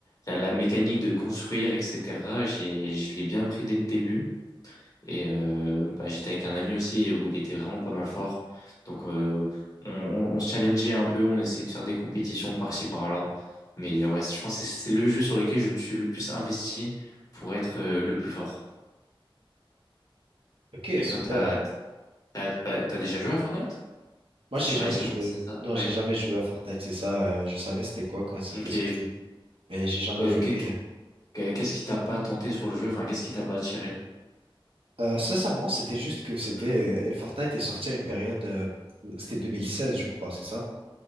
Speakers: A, on the left; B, on the right.
A: la, la mécanique de construire etc j'ai je l'ai bien pris dès le début et euh, bah, j'étais avec un ami aussi où il était vraiment pas mal fort donc euh, on, on, on se challengeait un peu on essayait de faire des compétitions par-ci par-là mais ouais je pense que c'est c'est le jeu sur lequel je me suis le plus investi pour être euh, le plus fort
B: ok,
A: et
B: super.
A: toi t'as t'as t'as t'as déjà joué à Fortnite?
B: Moi,
A: Enfin
B: j'ai
A: tu
B: jamais
A: m'as dit non
B: joué.
A: c'est ça
B: Non,
A: ouais
B: j'ai jamais joué à Fortnite, c'est ça. euh, je savais c'était quoi quand c'était
A: ok
B: sorti, mais j'ai jamais
A: Euh,
B: joué.
A: qu'est- Que- Qu'est-ce qui t'a pas tenté sur le jeu? Enfin, qu'est-ce qui t'a pas attiré?
B: Euh, sincèrement, c'était juste que c'était
A: Hmm.
B: euh, Fortnite est sorti à une période, euh, c'était 2016, je crois, c'est ça?